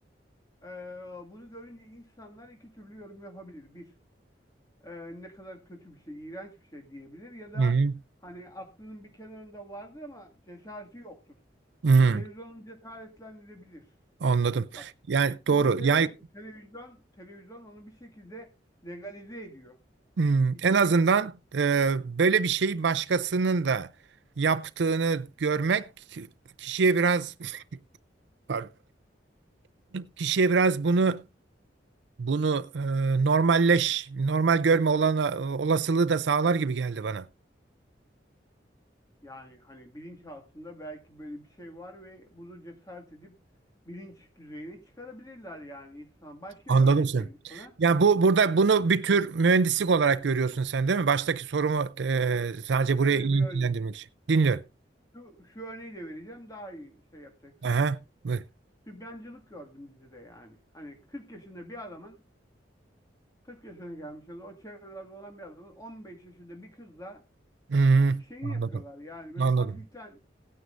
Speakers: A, on the left (about 20°); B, on the right (about 70°).
A: e, bunu görünce insanlar iki türlü yorum yapabilir. Bir e, ne kadar kötü bir şey, iğrenç bir şey diyebilir ya da
B: Hı hı.
A: hani aklının bir kenarında vardır ama cesareti yoktur.
B: Hı.
A: Ve televizyonun cesaretlendirebilir.
B: Anladım.
A: Bak
B: Yani doğru.
A: çünkü tele-
B: Yani
A: televizyon televizyon onu bir şekilde legalize ediyor
B: hı,
A: bir şekilde.
B: en azından e, böyle bir şeyi başkasının da yaptığını görmek kişiye biraz pardon, kişiye biraz bunu bunu e, normalleş, normal görme olana, e, olasılığı da sağlar gibi geldi bana.
A: Yani hani bilinçaltında belki böyle bir şey var ve bunu cesaret edip bilinç düzeyine çıkarabilirler yani insan. Başka
B: Anladım
A: bir örnek
B: seni.
A: vereyim sana.
B: Yani bu burada bunu bir tür mühendislik olarak görüyorsun sen değil mi? Baştaki sorumu e, sadece buraya
A: Öyle
B: iyi
A: bir örnek.
B: ilgilendirmek için. Dinliyorum.
A: Şu, şu örneği de vereceğim daha iyi şey yapacaksın.
B: Aha, buyur.
A: Sübyancılık gördüm dizide yani. Hani 40 yaşında bir adamın 40 yaşına gelmiş ya da o çevrelerde olan bir adamın 15 yaşında bir kızla
B: Hmm,
A: şeyini
B: anladım.
A: yapıyorlar yani böyle
B: Anladım.
A: hafiften